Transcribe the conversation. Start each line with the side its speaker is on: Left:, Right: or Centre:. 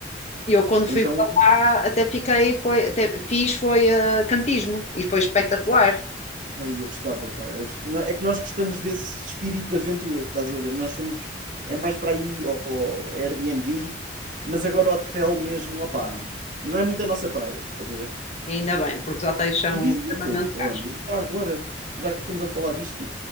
Left: Eu quando
Right: Então,
Left: fui para lá até fiquei, foi, até fiz foi uh, campismo e foi espetacular,
Right: aí eu gostava, pá. eu gost- Não, É que nós gostamos desse espírito de aventura, estás a ver? Nós somos. É mais para aí, ou, ou Airbnb, mas agora hotel mesmo, opá, não é muito a nossa praia, estás a ver?
Left: ainda bem, porque os hotéis são
Right: E diz-me
Left: extremamente
Right: uma coisa,
Left: caros.
Right: olha, já agora, já que estamos a falar disto,